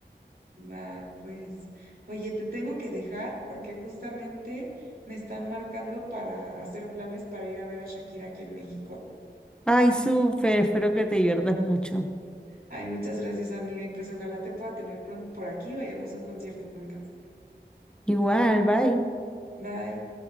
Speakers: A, on the right; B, in the centre.
A: Va, pues, oye, te tengo que dejar porque justamente me están marcando para hacer planes para ir a ver a Shakira aquí en México.
B: Ay, súper, espero que te diviertas mucho.
A: Ay, muchas gracias, amiga, y pues ojalá te pueda tener pronto por aquí, vayamos a un concierto juntas.
B: Igual, bye.
A: Bye.